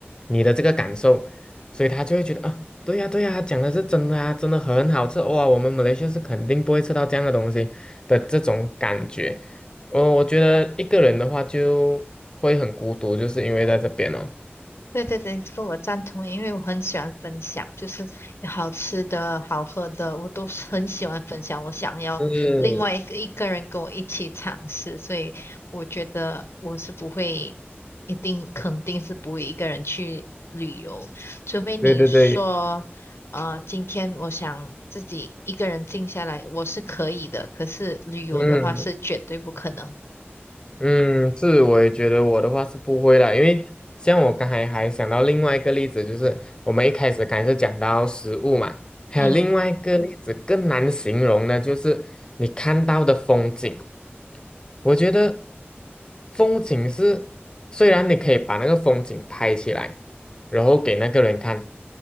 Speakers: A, on the left; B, on the left.
A: 你的这个感受。所以他就会觉得啊，对呀，对呀，讲的是真的啊，真的很好吃哇！我们马来西亚是肯定不会吃到这样的东西的这种感觉。我我觉得一个人的话就会很孤独，就是因为在这边哦。
B: 对对对，这个我赞同，因为我很喜欢分享，就是有好吃的、好喝的，我都是很喜欢分享。我想要另外一个一个人跟我一起尝试，
A: 是，
B: 所以我觉得我是不会，一定肯定是不会一个人去旅游，除非你说，
A: 对对对，
B: 呃，今天我想自己一个人静下来，我是可以的，可是旅游的话是绝对不可能。
A: 嗯嗯，是，我也觉得我的话是不会啦，因为像我刚才还想到另外一个例子，就是我们一开始刚才是讲到食物嘛，还有另外一个例子更难形容的，
B: 嗯，
A: 就是你看到的风景。我觉得风景是，虽然你可以把那个风景拍起来，然后给那个人看，